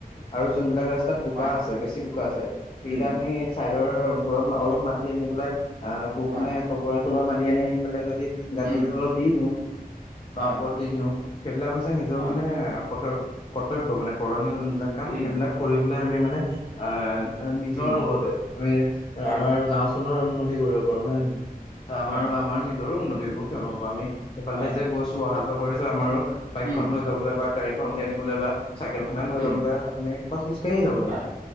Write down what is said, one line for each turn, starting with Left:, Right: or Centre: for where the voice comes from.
Left: আৰু যোনবিলাক ৰাস্তাত বোকা
Right: হয়,
Left: আছে বেছি বোকা আছে সেইকেইটা
Right: উম,
Left: আমি চাইডৰ ৰত অলপ মাতি আনি পেলাই আহ কোৰখনে
Right: হয়,
Left: চবৰে চবৰে মাতি আনি আনি পেলাই যদি গাত
Right: উম,
Left: কেইটাত অলপ দি দিও‌ বা
Right: হয়,
Left: ওপৰত দি দিওঁ সেইবিলাক হৈছে নিজৰ
Right: হয়,
Left: মানে কৰ্তব্য কৰ্তব্য মানে কৰণীয় যোনবিলাক কাম
Right: উম,
Left: সেইবিলাক কৰি পেলাই আমি মানে আহ নিজৰ
Right: উম,
Left: লগতে আমি
Right: হয়,
Left: আমাৰ গাও নৰ উন্নতি কৰিব পাৰো হয় নেহ আমাৰো
Right: হয়,
Left: আমাৰ নিজৰো উন্নতি হ'ব কিয় হ'ব আমি সিফালে
Right: হয়,
Left: যে গৈছো অহা যোৱা কৰিছো আমাৰো বাইকখন
Right: উম,
Left: লৈ যাবলৈ বা গাড়ীখন উলিয়াই আনিবলৈ বা চাইকেল খনে লৈ
Right: উম,
Left: যাবলে আমি বা খোজ কাঢ়ি যাবলে
Right: হয়,